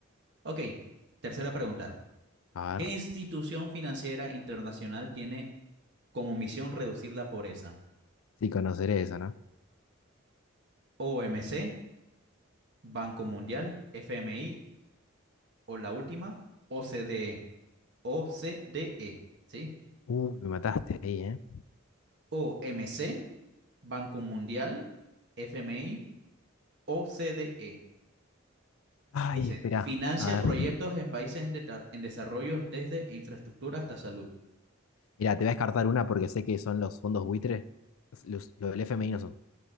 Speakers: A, on the right (about 60°); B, on the left (about 85°).
A: Ok. Tercera pregunta.
B: A ver,
A: ¿Qué institución financiera internacional tiene como misión reducir la pobreza.
B: sí, conoceré esa, ¿no?
A: OMC, Banco Mundial, FMI o la última, OCDE. OCDE, ¿sí?
B: Uy, me mataste ahí, ¿eh?
A: OMC, Banco Mundial, FMI, OCDE.
B: Ay,
A: Dice,
B: espera,
A: financia
B: a
A: proyectos
B: ver.
A: en países en, deta- en desarrollo desde infraestructura hasta salud.
B: Mira, te voy a descartar una porque sé que son los fondos buitres. Los, lo del FMI no son,